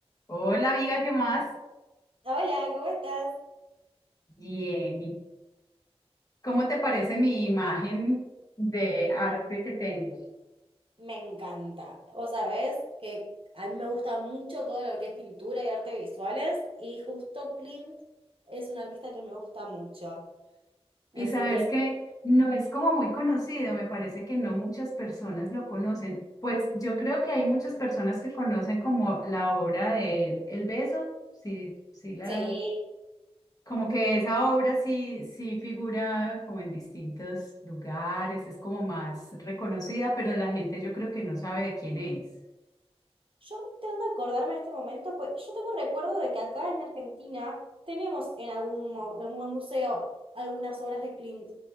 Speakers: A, on the left; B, on the right.
A: Hola amiga, ¿qué más?
B: Hola, ¿cómo estás?
A: Bien. ¿y ¿Cómo te parece mi imagen de arte que tengo?
B: Me encanta. Vos sabés que a mí me gusta mucho todo lo que es pintura y arte visuales y justo Klimt es un artista que me gusta mucho. Así
A: Y sabes
B: que
A: que no es como muy conocido, me parece que no muchas personas lo conocen. Pues yo creo que hay muchas personas que conocen como la obra de El, El Beso, sí, sí la,
B: sí,
A: como que esa obra sí, sí figura como en distintos lugares, es como más reconocida, pero la gente yo creo que no sabe de quién es.
B: Yo tengo que acordarme de este momento, pues yo tengo recuerdo de que acá en Argentina tenemos en algún, mo- en algún museo algunas obras de Klimt.